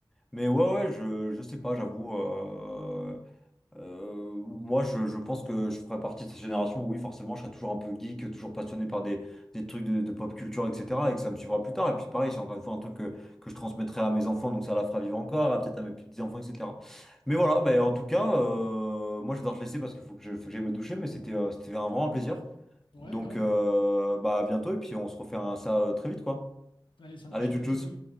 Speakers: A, in the centre; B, on the left.
A: mais ouais, ouais, je, je sais pas, j'avoue. euh, Euh, moi, je, je pense que je ferais partie de cette génération où, oui, forcément, je serais toujours un peu geek, toujours passionné par des, des trucs de, de pop culture, etc. Et que ça me suivra plus tard. Et puis, pareil, c'est encore une fois un truc que, que je transmettrai à mes enfants, donc ça la fera vivre encore, à peut-être à mes petits-enfants, etc. Mais voilà, bah, en tout cas, euh, moi, je vais devoir te laisser parce qu'il faut que je, faut que j'aille me doucher, mais c'était euh, c'était un vraiment plaisir.
B: Ouais,
A: Donc,
B: grave.
A: euh, bah, à bientôt, et puis on se refait un, ça euh, très vite, quoi.
B: Allez, ça marche.
A: Allez, tchou
B: À bientôt,
A: tchou
B: Louis.